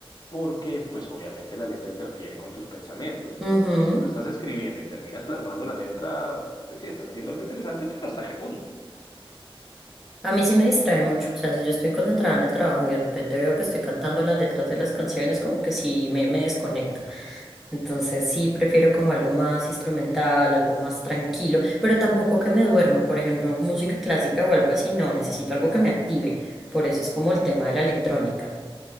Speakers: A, on the left (about 45°); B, in the centre.
A: porque, pues, obviamente la letra interfiere con tus pensamientos. Entonces,
B: Ujú.
A: pues, si tú estás escribiendo y terminas plasmando la letra, pues sí, estás haciendo algo interesante, pero ¿hasta qué punto?
B: A mí sí me distrae mucho. O sea, si yo estoy concentrada en el trabajo y de repente veo que estoy cantando las letras de las canciones, como que sí me, me desconecto. Entonces sí prefiero como algo más instrumental, algo más tranquilo, pero tampoco que me duerma, por ejemplo, música clásica o algo así, no, necesito algo que me active. Por eso es como el tema de la electrónica.